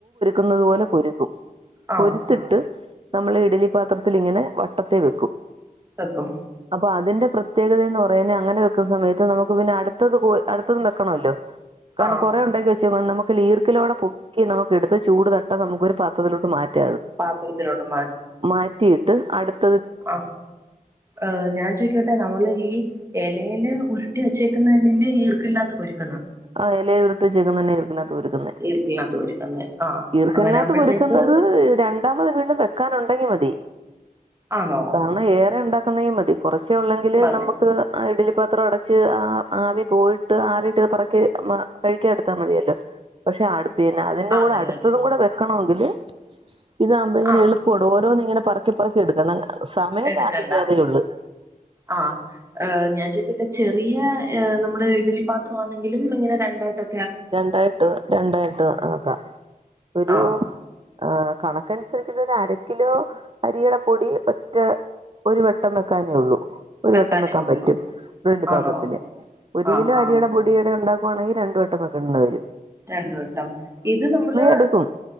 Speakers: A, on the right; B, on the right.
A: ുന്നത് പോലെ ക്കും
B: ആഹ്
A: ഒരുരുത്തിട്ട് നമ്മള് ഇഡലി പാത്രത്തിൽ ഇങ്ങനെ വട്ടത്തെ വെക്കും
B: വെക്കോ
A: അപ്പൊ അതിന്റെ പ്രത്യേകതയ എന്ന് പറയുന്നത് അങ്ങനെ വെക്കുന്ന സമയത്ത് നമുക്ക് പിന്നെ അടുത്തത് അടുത്തതും വെക്കണല്ലോ കാരണം
B: ആഹ്
A: കുറെേ ഉണ്ടാക്കി വെച്ച നമുക്ക് ലീർക്കിലൂടെ പൊക്കി നമുക്ക് എടുത്ത് ചൂട് തട്ട നമുൊ ഒരു പത്രത്തിലോട്ട മാറ്റ
B: പാത്രത്തിലോട്ട്
A: മാറ്റി ട്ട് അടുത്ത്
B: ആ ഏ ഞാൻ ചോിക്കട്ടെ നമ്മള് ഈ ഇലയില് ഉരുട്ടി വച്ചേക്കുന്ന തന്നെല്ലേ ഈർക്കില്ലാത്ത ഒരുരുും
A: ആ ഇല ഉരുട്ട്ച്ചക്കുന്ന തന്നെ ഈർക്കിനകത്ത് കുരുക്കുന്നെ
B: ഈർക്കില്ലാത്ത കുരുക്കുന്നെ ആഹ്
A: ഈർക്കിനകത്ത്
B: അങ്ങനെ ആകുമ്പോഴത്തേക്ക്
A: കുരുക്കുന്നത് രണ്ടാമത് വീണ്ടും ക്കാനുണ്ടെങ്കി മതി
B: ആന്നോ
A: കാരണം ഏറെ ഉണ്ടാക് <unintelligible> കൊറച്ചേ ഒള്ളെങ്കില്
B: മതി
A: നമ്മക്ക് ആ ഇഡ്ല് പാത്രം അടച്ച് ആ ആവി പോയിട്ട് ആറീട്ട് പ ക്ക് മ്മ കഴിക്കാൻ എടുത്താ മതിയല്ലോ പക്ഷെ അ പിന്നെ അതിൻ്റെ
B: ആന്നെ
A: കൂടെ അടുത്തതും
B: അതെ
A: കൂടെ വെക്കണോന്ന എന്ത് ഇതാവുമ്പോ ഇങ്ങനെ
B: ആഹ്
A: എളുപ്പോണ്ട് ഓരോന്നിങ്ങനെ പറക്കി പറക്കി എടുക്കണം സമയം
B: എടുക്കണ്ട
A: ലാഭിക്കാതേ ഉള്ളു
B: ആ ഞാൻ ചോയ്ക്കട്ടെ ചെറിയ നമ്മുടെ ഇഡ്ഡ്ലി പാത്രാന്നെങ്കിലും ഇങ്ങനെ രണ്ടട്ടൊ
A: രണ്ടായിട്ട് രണ്ടായിട്ട് ആക്കാ ഒരു
B: ആഹ്
A: ആ കണക്കനുസരിച്ചിട്ട് ഒരു അര കിലൊ അരിയുടെ പൊടി ഒറ്റ ഒരുവട്ടം വക്കാനേയൊള്ളൂ ഒരു
B: വെക്കാനേ
A: വട്ടം വെക്കാൻ
B: ഉള്ളൂ
A: പറ്റും ഒരു വൽയ പാത്രത്തില്
B: ആന്നോ
A: ഒരുകിലോ
B: ആഹ് ആഹ്
A: അരിയുടെ പൊടിയുടെ ഉണ്ടാ വാണെങ്കി രണ്ടുവട്ടം വ കണ്ടകര്യം
B: രണ്ടുവട്ടം ഇത് നമ്മള്
A: എടുക്കും